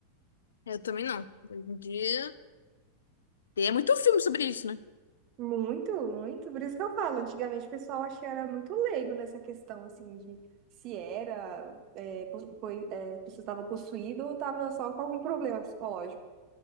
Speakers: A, on the left; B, on the right.
A: Eu também não. Hoje em dia. Tem muito filme sobre isso, né?
B: Muito, muito. Por isso que eu falo, antigamente o pessoal achei era muito leigo nessa questão, assim, de se era, é, pos- poi- é, a pessoa estava possuída ou estava só com algum problema psicológico.